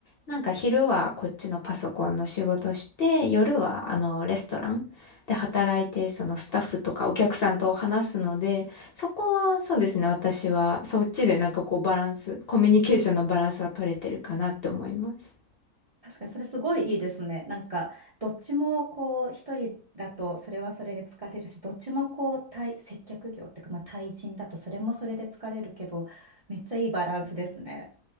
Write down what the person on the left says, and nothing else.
なんか昼はこっちのパソコンの仕事して、夜はあのレストランで働いて、そのスタッフとかお客さんと話すので、そこはそうですね、私はそっちでなんかこうバランス、コミュニケーションのバランスは取れてるかなって思います。